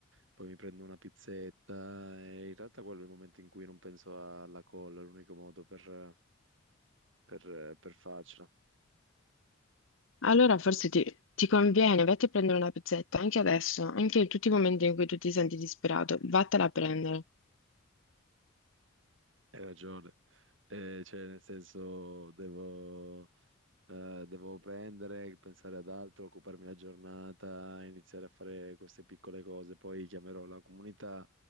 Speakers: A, on the right (about 65°); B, on the left (about 75°).
A: poi mi prendo una pizzetta e in realtà quello è il momento in cui non penso alla colla, è l'unico modo per, per, per farcela. Cioè,
B: Allora forse ti, ti conviene, vatti a prendere una pizzetta, anche adesso, anche in tutti i momenti in cui tu ti senti disperato, vattela a prendere.
A: hai ragione. Eh, cioè, nel senso, devo, eh, devo prendere, pensare ad altro, occuparmi la giornata, iniziare a fare queste piccole cose, poi chiamerò la comunità